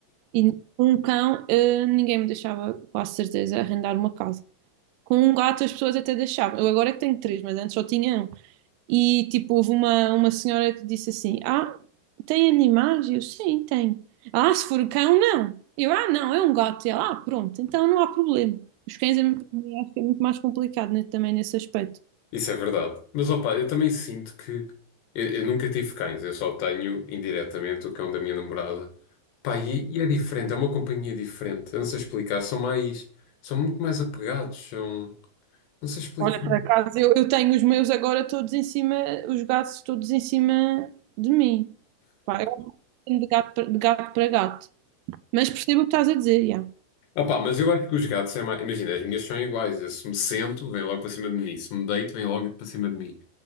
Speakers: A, on the right; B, on the left.
A: E com um cão, eh, ninguém me deixava, quase certeza, arrendar uma casa. Com um gato, as pessoas até deixavam. Eu agora é que tenho três, mas antes só tinha um. E tipo, houve uma, uma senhora que disse assim: Ah, tem animais? Eu, sim, tenho. Ah, se for cão, não. Eu, ah, não, é um gato. E ela, ah, pronto, então não há problema. Os cães, é muito- acho que é muito mais complicado, né, também nesse aspecto.
B: Isso é verdade. Mas opa, eu também sinto que eu, eu nunca tive cães, eu só tenho indiretamente o cão da minha namorada. Pá, e, e é diferente, é uma companhia diferente. Eu não sei explicar, são mais, são muito mais apegados, são, não sei explicar.
A: Olha, por acaso, eu, eu tenho os meus agora todos em cima, os gatos todos em cima de mim. Pá, eu acho que tenho de gato, para- de gato para gato. Mas percebo o que estás a dizer, já.
B: Opa, mas eu acho que os gatos é mais, imagina, as minhas são iguais. Eu, se me sento, vem logo para cima de mim. Se me deito, vem logo para cima de mim.